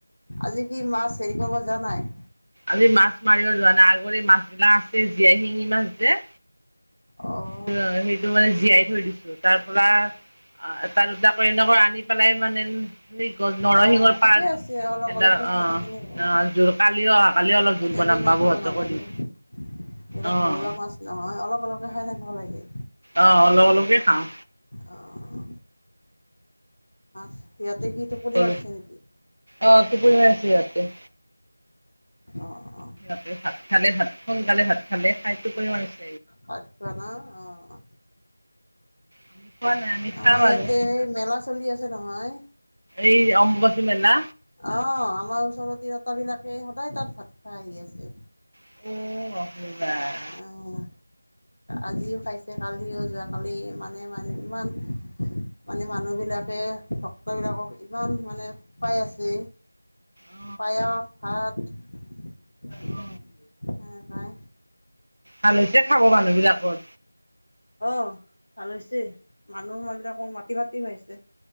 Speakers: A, on the left; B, on the right.
A: আজি কি মাছ হেৰি কৰিব যোৱা নাই?
B: আজি মাছ মাৰিব যোৱা নাই আগৰে মাছ বিলাক আছে জীয়াই শিঙি মাছ যে
A: অ'।
B: ত সেইটো মানে জীয়াই থৈ দিছো তাৰপৰা অ এটা দুটাকৈ এনেকৈ আনি পেলাই মানে নৰসিংৰ
A: অ', ঠিকে
B: পাত
A: আছে অলপ
B: সিহঁতৰ
A: অলপকৈ খাই
B: অ'
A: থাকিলে হ'ল।
B: অ' যোৰ কালিও অহা কালিও অলপ জোল
A: একেদিনাই
B: বনাম বাবুহঁতকো
A: খাব নালাগে
B: দিম।
A: এইয়া ঘৰুৱা
B: অ',
A: মাছ নহয় অলপ অলপকৈ খাই থাকিব লাগে।
B: অ' অলপ অলপকে খাওঁ।
A: অ', সিহঁতে কি টোপনি
B: সৰু
A: মাৰিছে নেকি?
B: অ' টোপনি মাৰিছে সিহঁতে।
A: অ' অ'।
B: সিহঁতে ভাত খালে ভাত সোনকালে ভাত খালে খাই টোপনি মাৰিছে।
A: ভাত খোৱা না অঁ অঁ
B: আমি খোৱা নাই আমি খাম
A: আমাৰ ইয়াতে
B: আৰু
A: মেলা চলি আছে নহয়।
B: এই অম্বুবাচী মেলা।
A: অ' আমাৰ ওচৰতে সিহঁত বিলাকে সদায় তাত ভাত খাই আহি আছে।
B: <unintelligible>
A: অঁ আজিও খাইছে কালিও যোৱাকালি মানে মানে ইমান মানে মানুহ বিলাকে ভক্তবিলাকক ইমান মানে খোৱাই আছে।
B: অ
A: পায়স, ভাত। <unintelligible>
B: অ
A: উম হয়।
B: ভাল হৈছে খাব মানুহ বিলাকৰ।
A: অ ভাল হৈছে, মানুহ <unintelligible> মাতি মাতি খোৱাইছে।